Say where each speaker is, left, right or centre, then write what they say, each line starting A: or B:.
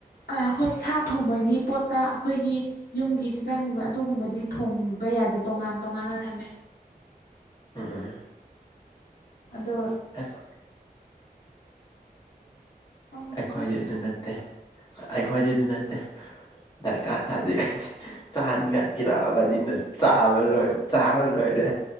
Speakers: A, on the left; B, on the left.
A: ꯑ ꯍꯣꯏ ꯁꯥ ꯊꯣꯡꯕꯒꯤ ꯄꯣꯠꯇ ꯑꯈꯣꯏꯒꯤ ꯌꯨꯝꯒꯤ ꯍꯤꯟꯖꯥꯡꯒꯨꯝꯕ ꯑꯗꯨꯒꯨꯝꯕꯗꯤ ꯊꯣꯡꯕ ꯌꯥꯗꯦ ꯇꯣꯉꯥꯟ ꯇꯣꯉꯥꯟꯅ ꯊꯝꯃꯦ
B: ꯎꯝ
A: ꯑꯗꯣ
B: <unintelligible>
A: ꯈꯪꯗꯦꯗ
B: ꯑꯩꯈꯣꯏꯗꯤ ꯑꯗꯨ ꯅꯠꯇꯦ ꯑꯩꯈꯣꯏꯗꯤ ꯑꯗꯨ ꯅꯠꯇꯦ ꯗꯔꯀꯥꯔ ꯇꯥꯗꯦ ꯈꯣꯏꯗꯤ ꯆꯥꯅꯤꯉꯥꯏ ꯄꯤꯔꯛꯑꯕꯅꯤꯅ ꯆꯥꯕ
A: ꯀꯩꯁꯨ
B: ꯂꯣꯏ ꯆꯥꯕ ꯂꯣꯏꯔꯦ